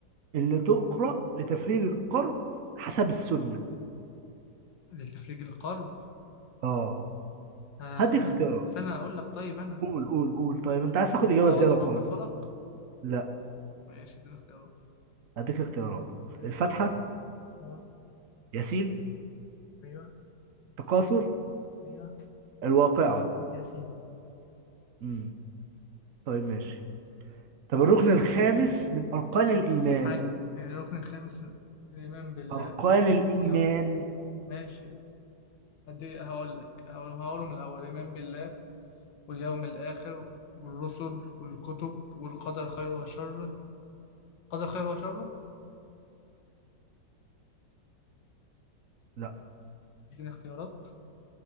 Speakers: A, on the right; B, on the left.
A: اللي تقرا لتفريغ الكرب حسب السنه
B: اللي تفرج القرب
A: اه
B: آه
A: هديك اختيارات
B: سنة أقول لك طيب أنا
A: قول قول قول طيب انت عايز تاخد اجابه
B: قل أعوذ
A: زياده
B: برب
A: وخلاص
B: الفلق
A: لا
B: ماشي اديني اختيارات
A: اديك اختيارات
B: ماشي
A: الفاتحه
B: اه
A: ياسين
B: ايوه
A: تكاثر
B: ايوه
A: الواقعه
B: ياسين
A: امم طيب ماشي طب الركن الخامس من اركان الايمان
B: حج الركن الخامس من- الإيمان بالله
A: اركان الايمان
B: اليوم ماشي هدي هقول لك هقول- هقولهم الأول الإيمان بالله واليوم الآخر والرسل والكتب والقدر خير وشر قدر خير وشر
A: لا
B: اديني اختيارات